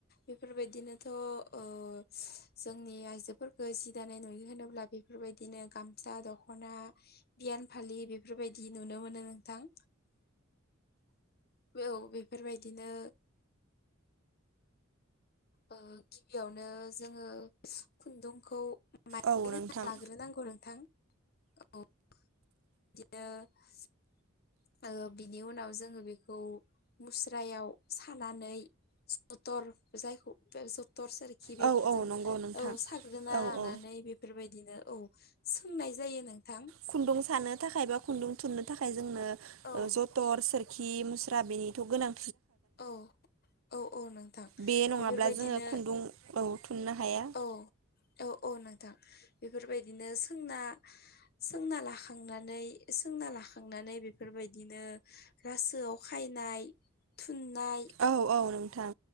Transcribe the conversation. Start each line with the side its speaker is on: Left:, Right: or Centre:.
Left: बेफोरबायदिनोथ' ओ जोंनि आइजोफोरखौ जि दानाय नुयो होनोब्ला बेफोरबायदिनो गामसा दख'ना बियान फालि बेफोरबायदि नुनो नुनो मोनो नोंथां। औ बेफोरबायदिनो ओ गिबियावनो जोङो खुन्दुंखौ मायदि
Right: औ नोंथां
Left: होना लाग्रोनांगौ नोंथां औ। <unintelligible> ओ बिनि उनाव जोङो बेखौ मुस्रायाव सानानै सतर जायखौ <unintelligible> थर सोरखि
Right: औ
Left: बेफोरजों
Right: औ नंगौ नोंथां
Left: औ साग्रोना
Right: औ
Left: लानानै
Right: औ
Left: बेफोरबायदिनो औ सोंनाय जायो नोंथां।
Right: खुन्दुं सानो थाखाय बा खुन्दुं थुननो थाखाय जोंनो
Left: औ
Right: जथर सोर खि मुस्रा बेनिथ' गोनां
Left: औ औ औ नोंथां
Right: बे नङाब्ला
Left: बेफोरबायदिनो
Right: जोङो खुन्दुं औ थुननो हाया
Left: औ। औ औ नोंथां बेफोरबायदिनो सोंना सोंना लाखांनानै सोंना लाखांनानै बेफोरबायदिनो रासोआव खायनाय थुननाइ
Right: औ औ नोंथां